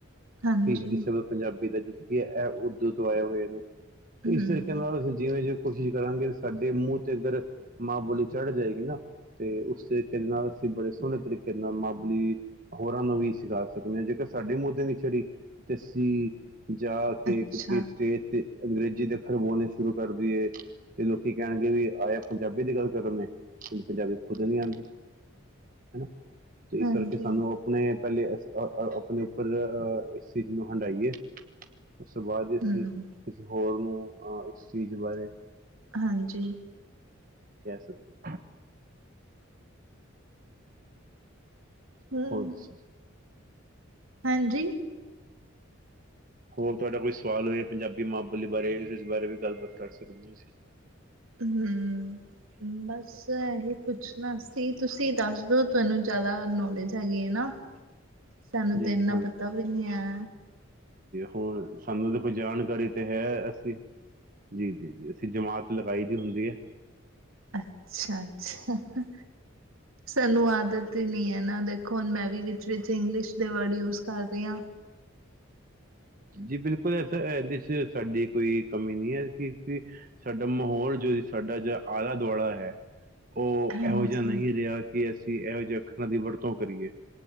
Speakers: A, on the right; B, on the right.
A: ਹਾਂਜੀ।
B: ਫੀਸਦੀ ਸਿਰਫ ਪੰਜਾਬੀ- ਕੀਐ ਜਦ ਕੀ ਐ ਉਰਦੂ ਤੋਂ ਆਏ ਹੋਏ ਨੇ। ਤੇ
A: ਹੂੰ,
B: ਇਸ ਤਰੀਕੇ ਨਾਲ ਅਸੀ ਜਿਵੇਂ ਜਿਵੇਂ- ਕੋਸ਼ਿਸ਼ ਕਰਾਂਗੇ ਸਾਡੇ ਮੂੰਹ ਤੇ ਅਗਰ ਮਾਂ ਬੋਲੀ ਚੜ ਜਾਏਗੀ ਨਾ ਤੇ ਉਸੇ ਤਰੀ ਨਾਲ ਅਸੀਂ ਬੜੇ ਸੋਹਣੇ ਤਰੀਕੇ ਨਾਲ ਮਾਂ ਬੋਲੀ ਹੋਰਾਂ ਨੂੰ ਵੀ ਸਿਖਾ ਸਕਨੇ। ਜੇਕਰ ਸਾਡੇ ਮੂੰਹ ਤੇ ਨੀ ਚੜ੍ਹੀ ਤੇ ਅਸੀਂ- ਜਾ ਕੇ
A: ਅੱਛਾ,
B: ਤੁਸੀ ਸਟੇਜ ਤੇ- ਅੰਗਰੇਜ਼ੀ ਦੇ ਅੱਖਰ ਬੋਲਣੇ ਸ਼ੁਰੂ ਕਰਦੀਏ। ਤੇ ਲੋਕੀ ਕਹਿਣਗੇ ਵੀ ਆਇਆ ਪੰਜਾਬੀ ਦੀ ਗੱਲ ਕਰਨੇ ਪੰਜਾਬੀ ਖੁਦ ਨੀ ਆਂਦੀ ਹਨਾ ਤੇ ਇਸ
A: ਹਾਂਜੀ,
B: ਕਰਕੇ ਸਾਨੂੰ ਆਪਣੇ- ਪੈਲੇ ਆ ਆ ਆਪਣੇ ਉਪਰ ਅਹ ਏਸ ਚੀਜ਼ ਨੂੰ ਹੰਢਾਈਏ। ਉਸ ਤੋਂ ਬਾਅਦ ਈ ਅਸੀਂ
A: ਹੂੰ,
B: ਕਿਸੇ ਹੋਰ ਨੂੰ ਅਹ- ਚੀਜ਼ ਬਾਰੇ
A: ਹਾਂਜੀ
B: ਕੈ ਸਕਦੇ।
A: ਹੂੰ,
B: ਹੋਰ ਦੱਸੋ ਜੀ।
A: ਹਾਂਜੀ
B: ਹੋਰ ਤੁਹਾਡਾ ਕੋਈ ਸਵਾਲ ਹੋਏ ਪੰਜਾਬੀ ਮਾਂ ਬੋਲੀ ਬਾਰੇ ਉਸ ਬਾਰੇ ਵੀ ਗੱਲਬਾਤ ਕਰ ਸਕਦੇ। ਅਸੀਂ
A: ਹੂੰਅ-ਬਸ ਇਹੀ ਪੁੱਛ- ਬਸ ਜੀ ਤੁਸੀਂ ਦੱਸ ਦੋ ਤੁਆਨੂੰ ਜ਼ਾਦਾ ਨੌਲੇਜ ਹੈਗੀ ਏ ਨਾ। ਸਾਨੂੰ
B: ਜੀ
A: ਤੇ ਇਨਾ ਪਤਾ ਵੀ ਨੀ ਐ।
B: ਹੋਰ ਸਾਨੂੰ ਦੇਖੋ ਜਾਣਕਾਰੀ ਤੇ ਹੈ ਅਸੀਂ- ਜੀ, ਜੀ -ਜੀ ਅਸੀਂ ਜਮਾਤ ਲਗਾਈ ਦੀ ਹੁੰਦੀ ਐ।
A: ਅੱਛਾ ਅੱਛਾ-ਹਾਹਾ ਸਾਨੂੰ ਆਦਤ ਈ ਨੀ ਐ ਨਾ। ਦੇਖੋ -ਹੁਣ ਮੈਂ ਵੀ ਵਿੱਚ ਵਿਚ ਇੰਗਲਿਸ਼ ਦੇ ਵਰਡ ਯੂਜ ਕਰ ਰੀ ਆਂ।
B: ਜੀ ਬਿਲਕੁਲ ਇਸਸ ਇਹਦੇ ਚ ਸਾਡੀ ਕੋਈ ਕਮੀ ਨਹੀਂ ਹੈ ਕਿਉਕਿ ਸਾਡਾ ਮਾਹੌਲ ਜੋ ਸਾਡਾ ਜ ਆਲਾ ਦੁਆਲਾ ਹੈ ਉਹ
A: ਹਾਂਜੀ,
B: ਇਹੋ ਜਿਹਾ ਨਹੀਂ ਰਿਹਾ ਕਿ ਅਸੀਂ ਇਹੋ ਜਿਹਾ ੱਖਾਂ ਦੀ ਵਰਤੋਂ ਕਰੀਏ